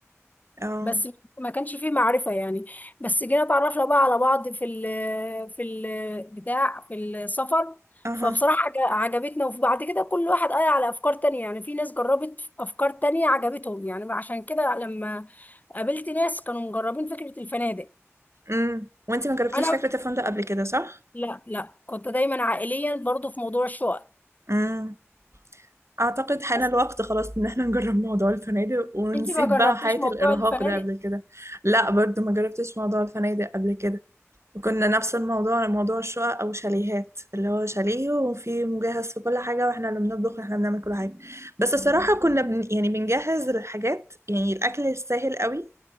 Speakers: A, on the right; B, on the left.
A: اه
B: بس ما كانش فيه معرفة يعني بس جينا اتعرفنا بقى على بعض في ال في ال بتاع في السفر
A: اها
B: فبصراحة عج- عجبتنا وفي بعد كده كل واحد قال على أفكار تانية يعني في ناس جربت أفكار تانية عجبتهم يعني عشان كده لما قابلت ناس كانوا مجربين فكرة الفنادق
A: امم وانتي ما جربتيش
B: أنا
A: فكرة الفندق قبل كده صح؟
B: لا لا كنت دايما عائليا برضو في موضوع الشقق
A: مم. أعتقد حان
B: بس
A: الوقت خلاص إن احنا نجرب موضوع الفنادق ونسيب
B: انت ما جربتيش
A: بقى حياة
B: موضوع
A: الإرهاق
B: الفنادق؟
A: ده قبل كده لا برضو ما جربتش موضوع الفنادق قبل كده وكنا نفس الموضوع موضوع الشقق أو شاليهات اللي هو شاليه وفي مجهز في كل حاجة واحنا اللي بنطبخ واحنا بنعمل كل حاجة بس الصراحة كنا بن يعني بنجهز الحاجات يعني الأكل السهل قوي